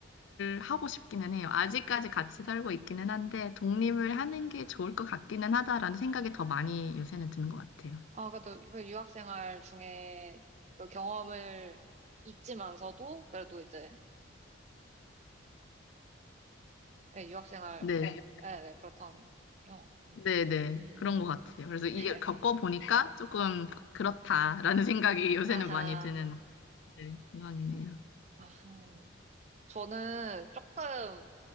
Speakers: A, on the left; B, on the right.
A: 하고 싶기는 해요. 아직까지 같이 살고 있기는 한데 독립을 하는 게 좋을 것 같기는 하다라는 생각이 더 많이 요새는 드는 것 같아요.
B: 아, 그래도 그 유학 생활 중에 그 경험을 잊지만서도 그래도 이제 예, 유학 생활,
A: 네.
B: 경-
A: 그
B: 예, 네, 그렇다면요. 음.
A: 네, 네.
B: 음.
A: 그런 것 같아요. 그래서 이게
B: <laughs>
A: 겪어보니까 조금 그렇다라는 생각이 요새는
B: 아하,
A: 많이 드는 네, 공항이네요.
B: 아하. 저는 조금,